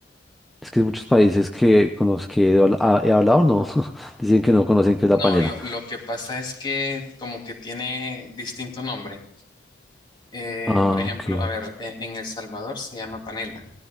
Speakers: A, in the centre; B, on the left (about 25°).
A: Es que hay muchos países que con los que he, habl- ah, he hablado no <laughs> dicen que no conocen qué es la
B: No,
A: panela.
B: lo, lo que pasa es que como que tiene distinto nombre. Eh,
A: Ah,
B: por ejemplo,
A: ok.
B: a ver, e- en El Salvador se llama panela